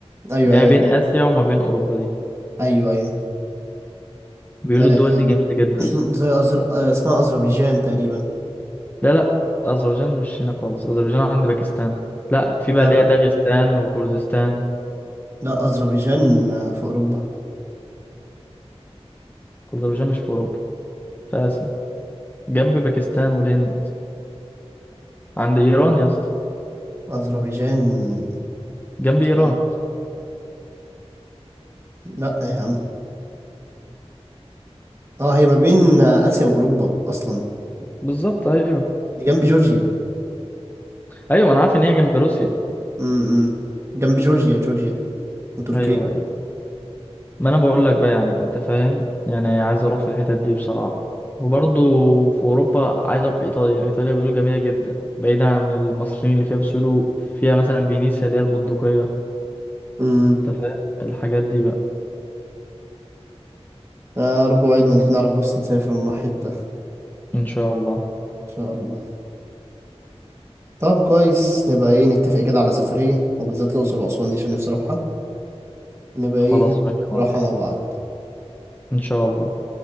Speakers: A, on the right; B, on the left.
A: ايوه
B: اللي
A: ايوه
B: هي ما بين
A: فهمت
B: آسيا وما بين أوروبا دي
A: ايوه ايوه
B: بيقولوا
A: آه،
B: الدول دي جميلة جدا
A: <clears throat> زي أزر... آه، اسمها أذربيجان تقريبا
B: لا لا أذربيجان مش هنا خالص أذربيجان عند باكستان لا في
A: لا
B: بقى اللي
A: لا
B: هي داغستان وكردستان
A: لا أذربيجان آه، في أوروبا
B: أذربيجان مش في أوروبا في آسيا جنب باكستان والهند عند إيران يا اسطى
A: أذربيجان
B: جنب
A: استنى.
B: إيران
A: لا يا عم اه هي ما بين آه، آسيا وأوروبا أصلا
B: بالظبط أيوه
A: دي جنب جورجيا
B: أيوه أنا عارف إن هي جنب روسيا
A: امم جنب جورجيا جورجيا وتركيا
B: ايوه ما انا بقول لك بقى يعني انت فاهم يعني عايز اروح في الحتت دي بصراحة وبرضه في اوروبا عايز اروح ايطاليا ايطاليا بيقولوا جميلة جدا بعيدا عن المصريين اللي فيها بس بيقولوا فيها مثلا فينيسيا اللي هي البندقية
A: امم
B: انت فاهم الحاجات دي بقى
A: يا رب وعدنا نعرف بس نسافر ونروح حتة إن
B: ان شاء الله
A: شاء الله طب كويس نبقى ايه نتفق كده على سفرية وبالذات الأقصر وأسوان دي عشان نفسي أروحها ونبقى ايه
B: خلاص ماشي يا معلم
A: نروحها مع بعض
B: ان شاء الله